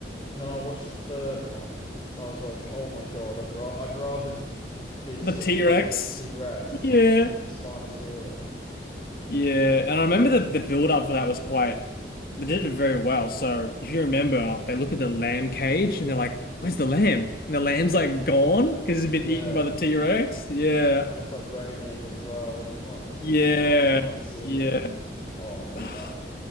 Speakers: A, on the left; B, on the left.
A: And then I watched the third one and I was like, oh my god, I'd ra- I'd rather be
B: The
A: stood
B: T-Rex.
A: in front of a T Rex
B: Yeah.
A: than than the Spinosaurus.
B: Yeah. And I remember the, the build up for that was quite they did it very well. So if you remember, they look at the lamb cage and they're like, Where's the lamb? And the lamb's like gone because it's
A: Yeah,
B: been eaten by the T-Rex. Yeah.
A: and it's like raining as well, and you can't because
B: Yeah.
A: it's at night, you can't see
B: Yeah.
A: anything. Oh mate,
B: <laughs>
A: that